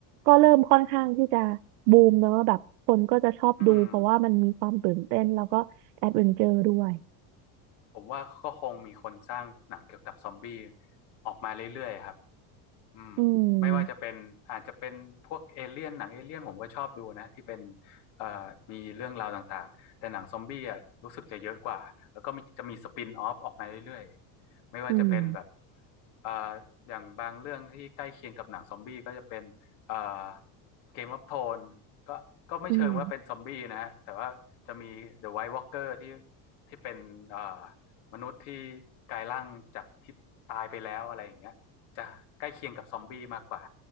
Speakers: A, on the right (about 75°); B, on the left (about 65°).
A: ก็เริ่มค่อนข้างที่จะบูมเนอะแบบคนก็จะชอบดูเพราะว่ามันมีความตื่นเต้นแล้วก็แอดเวนเจอร์ด้วย
B: อืม ผมว่าก็คงมีคนสร้างหนังเกี่ยวกับซอมบี้ออกมาเรื่อยๆครับอืมไม่ว่าจะเป็นอาจจะเป็นพวกเอเลี่ยนหนังเอเลี่ยนผมก็ชอบดูนะที่เป็น
A: อืม
B: เอ่อมีเรื่องราวต่างๆแต่หนังซอมบี้อ่ะรู้สึกจะเยอะกว่าแล้วก็มีจะมีสปินออฟออกมาเรื่อยๆไม่ว่าจะเป็นแบบ
A: อืม
B: เอ่ออย่างบางเรื่องที่ใกล้เคียงกับหนังซอมบี้ก็จะเป็นเอ่อเกมออฟโทนก็ก็ไม่เชิงว่าเป็นซอมบี้นะฮะแต่ว่าจะมี
A: อืม
B: The White Walker ที่ที่เป็นเอ่อ มนุษย์ที่กลายร่างจากที่ตายไปแล้วอะไรอย่างเงี้ยจะใกล้เคียงกับซอมบี้มากกว่า